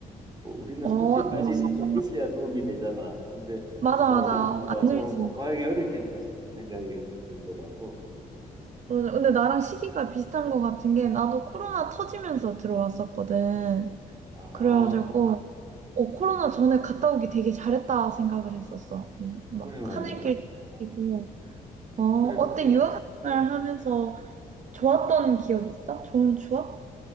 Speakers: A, on the right; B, on the right.
A: 뭐 우리는
B: 어,
A: 손짓
B: 음,
A: 발짓이 좀 있어야 도움이 되잖아. 근데,
B: 맞아,
A: 어,
B: 맞아.
A: 리- 어,
B: 안
A: 좀
B: 늘지.
A: 공부하기 어렵겠다 싶은 생각이 이렇게 들더라고.
B: 맞아. 근데 나랑 시기가 비슷한 것 같은 게, 나도 코로나 터지면서 들어왔었거든.
A: 아,
B: 그래가지고, 어,
A: 음,
B: 코로나 전에 갔다 오기 되게 잘했다 생각을 했었어. 음, 막
A: 그래 말이야.
B: 하늘길
A: 어,
B: 뛰고. 어, 어때
A: 그래 말이야.
B: 유학생활
A: 그
B: 하면서 좋았던 기억 있어? 좋은 추억?